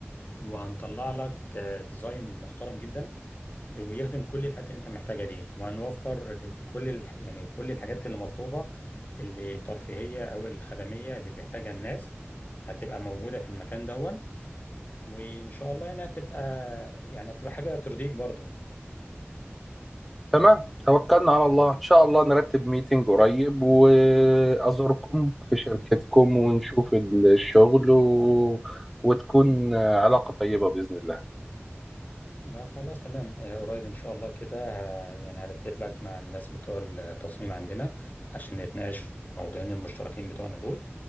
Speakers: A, on the left; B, in the centre.
A: وهنطلع لك آه، ديزاين محترم جدا ويخدم كل الحاجات اللي انت محتاجها دي وهنوفر كل الح... يعني كل الحاجات اللي مطلوبة اللي ترفيهية او الخدمية اللي بيحتاجها الناس هتبقى موجودة في المكان دون وان شاء الله يعني هتبقى يعني هتبقى حاجة ترضيك برضو
B: تمام توكلنا على الله إن شاء الله نرتب ميتنج قريب وأزوركم في شركتكم ونشوف الشغل و... وتكون علاقة طيبة بإذن الله
A: لا خلاص تمام آه، قريب ان شاء الله كده ه- يعني هرتب لك مع الناس بتوع التصميم عندنا عشان نتناقش في موضوعين المشتركين بتوعنا دول